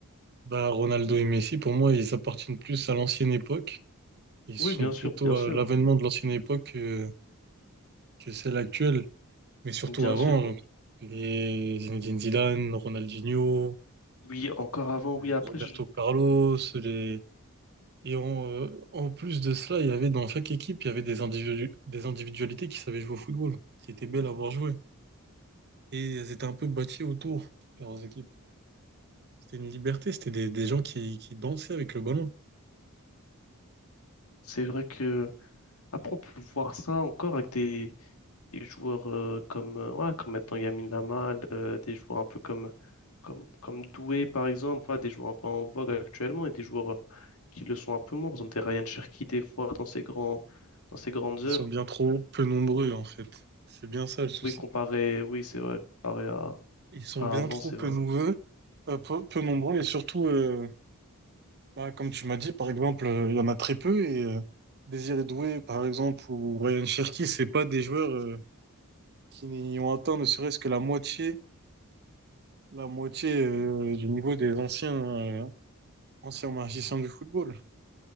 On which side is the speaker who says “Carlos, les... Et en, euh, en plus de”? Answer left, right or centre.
Right